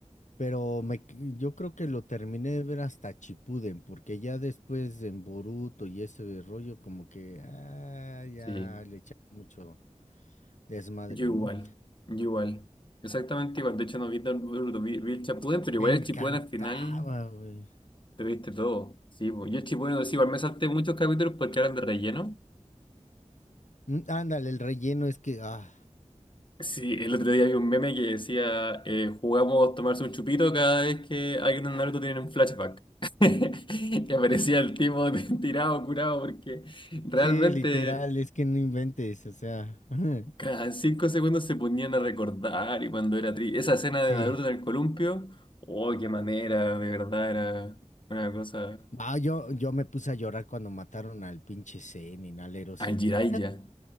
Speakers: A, on the left; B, on the left.
A: Pero me, qu- yo creo que lo terminé de ver hasta Chipuden, porque ya después en Boruto y ese rollo, como que ah, ya
B: Sí.
A: le echaron mucho desmadre,
B: Yo igual.
A: ¿no?
B: Yo igual. Exactamente igual. De hecho, no vi tan Naruto, vi, vi el Shippuden, pero igual
A: Me encantaba,
B: el Shippuden al final.
A: güey.
B: Te viste todo. Sí, pues. Yo estoy bueno, sí, igual me salté muchos capítulos porque eran de relleno.
A: Mm, Ándale, el relleno es que, ah,
B: Sí, el otro día vi un meme que decía, eh, jugamos tomarse un chupito cada vez que alguien en Naruto tiene un flashback. <laughs> Que aparecía el tipo <laughs> de- tirado, curado, porque realmente
A: sí, literal, es que no inventes, o sea, <laughs>
B: cada cinco segundos se ponían a recordar y cuando era triste. Esa escena
A: sí.
B: de Naruto en el columpio, oh, qué manera, de verdad, era una cosa...
A: Ah, yo, yo me puse a llorar cuando mataron al pinche Zenin, al Ero
B: Al
A: Zenin.
B: Jiraiya.